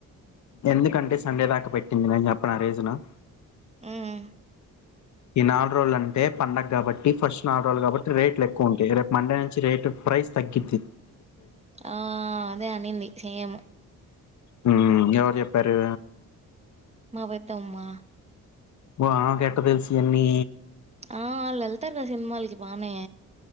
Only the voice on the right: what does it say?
ఉమ్
ఆ అదే అనింది సేమ్.
మా పెద్దమ్మా
ఆ ఆల్ల్ ఎళ్తార్ గా సిన్మాలకి బానే